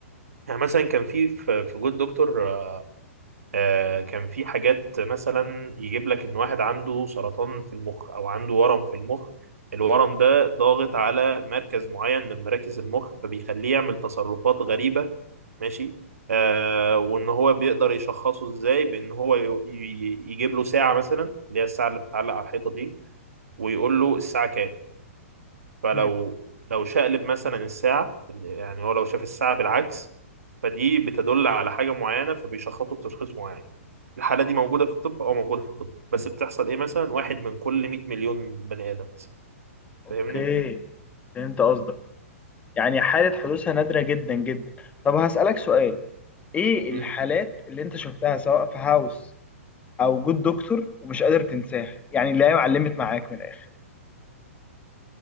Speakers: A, on the right (about 85°); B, on the left (about 15°).
A: يعني مثلا كان في في في جود دكتور آه، كان في حاجات مثلا يجيب لك ان واحد عنده سرطان في المخ او عنده ورم في المخ الورم ده ضاغط على مركز معين من مراكز المخ فبيخليه يعمل تصرفات غريبة ماشي آه وان هو بيقدر يشخصه ازاي بان هو ي- ي- يجيب له ساعة مثلا اللي هي الساعة اللي بتتعلق على الحيطة دي ويقول له الساعة كام فلو
B: مم.
A: لو شقلب مثلا الساعة إن- يعني هو لو شاف الساعة بالعكس فدي بتدل على حاجة معينة فبيشخصه بتشخيص معين الحالة دي موجودة في الطب أو موجودة في الطب بس بتحصل إيه مثلا واحد من كل 100 مليون بني آدم مثلا فاهمني؟
B: اوكي فهمت قصدك يعني حالة حدوثها نادرة جدا جدا طب هسألك سؤال ايه الحالات
A: مم.
B: اللي انت شفتها سواء في هاوس او جود دكتور ومش قادر تنساها يعني اللي هي معلمت معاك من الاخر